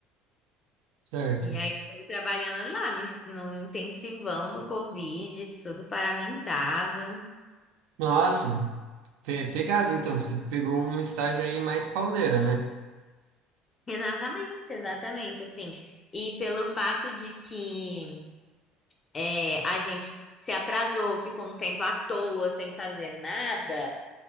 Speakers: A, on the right; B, on the left.
A: certo.
B: E aí foi trabalhando lá no, ins- no intensivão do Covid, tudo paramentado.
A: Nossa, pe- pegado, então, você pegou um estágio aí mais pauleira, né?
B: Exatamente, exatamente, assim. E pelo fato de que é, a gente se atrasou, ficou um tempo à toa, sem fazer nada,